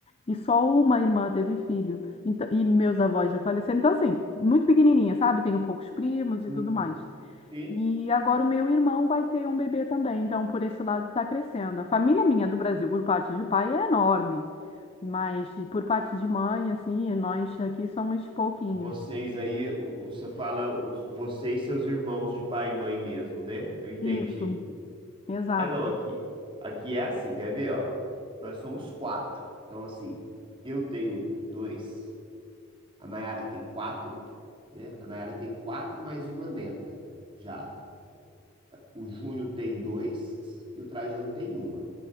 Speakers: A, on the left; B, on the right.
A: e só uma irmã teve filho. Então, e meus avós já faleceram. Então, assim, muito pequenininha, sabe? Tenho poucos primos e
B: Uhum.
A: tudo mais.
B: Sim.
A: E agora o meu irmão vai ter um bebê também, então por esse lado está crescendo. A família minha do Brasil, por parte de pai, é enorme, mas por parte de mãe, assim, nós aqui somos pouquinhos.
B: Vocês aí, o- o- você fala os, você e seus irmãos de pai e mãe mesmo, né? Eu entendi.
A: Isso, exato.
B: É não, aqui, aqui é assim, quer ver, ó? Nós somos quatro. Então, assim, eu tenho dois, a Nayara tem quatro, né? A Nayara tem quatro mais uma neta já. O Júnior tem dois e o Trajano tem uma.